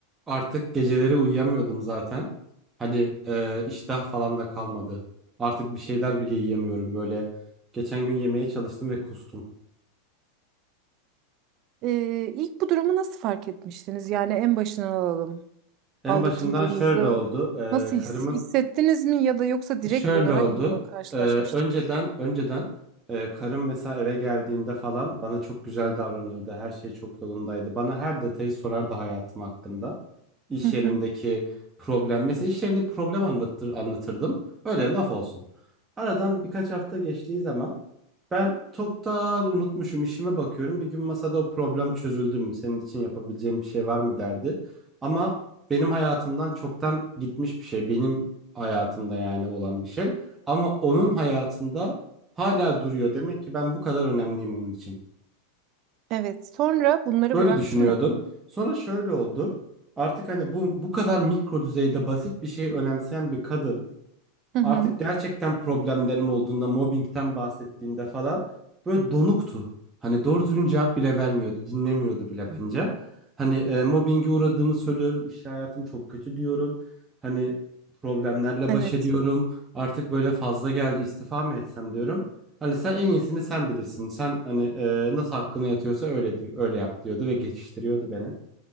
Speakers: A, on the right (about 15°); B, on the right (about 40°).
A: Artık geceleri uyuyamıyordum zaten. Hani e, iştah falan da kalmadı. Artık bir şeyler bile yiyemiyorum böyle. Geçen gün yemeye çalıştım ve kustum.
B: Ee, ilk bu durumu nasıl fark etmiştiniz? Yani en başından alalım.
A: En
B: Aldatıldığınızı
A: başından şöyle oldu. E,
B: nasıl
A: karımın
B: his- hissettiniz mi ya da yoksa direkt
A: Şöyle
B: olarak
A: oldu.
B: mı buna karşılaşmıştınız?
A: Ee, önceden önceden e, karım mesela eve geldiğinde falan bana çok güzel davranırdı. Her şey çok yolundaydı. Bana her detayı sorardı hayatım hakkında. İş
B: Hı hı.
A: yerindeki problem. Mesela iş yerinde problem anlatır, anlatırdım. Öyle laf olsun. Aradan birkaç hafta geçtiği zaman ben çoktan unutmuşum işime bakıyorum. Bir gün masada o problem çözüldü mü? Senin için yapabileceğim bir şey var mı derdi. Ama benim hayatımdan çoktan gitmiş bir şey. Benim hayatında yani olan bir şey. Ama onun hayatında hala duruyor. Demek ki ben bu kadar önemliyim onun için.
B: Evet. Sonra bunları
A: Böyle
B: bıraktı
A: düşünüyordum.
B: mı?
A: Sonra şöyle oldu. Artık hani bu bu kadar mikro düzeyde basit bir şeyi önemseyen bir kadın
B: Hı hı.
A: Artık gerçekten problemlerim olduğunda, mobbingten bahsettiğinde falan böyle donuktu. Hani doğru düzgün cevap bile vermiyordu, dinlemiyordu bile bence. Hani e, mobbinge uğradığımı söylüyorum, iş hayatım çok kötü diyorum. Hani problemlerle
B: Evet.
A: baş ediyorum. Artık böyle fazla geldi, istifa mı etsem diyorum. Hani sen en iyisini sen bilirsin. Sen hani e, nasıl hakkına yatıyorsa öyle diyor, öyle yap diyordu ve geçiştiriyordu beni.